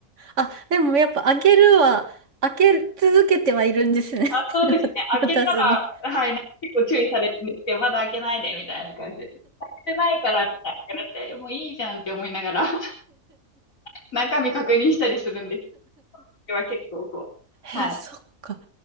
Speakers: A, on the right; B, on the left.
A: あ、でもやっぱ開けるは、開け続けてはいるんですね。
B: あ、そうですね。
A: <laughs>
B: 開けたら、
A: 渡渡すに。
B: はい、なんか結構注意されるんですけど、まだ開けないで、みたいな感じで。開けてないから、みたいな言われて、もういいじゃんって思いながら、<laughs> 中身確認したりするんです。これは結構こう。
A: えー、
B: はい。
A: そっか。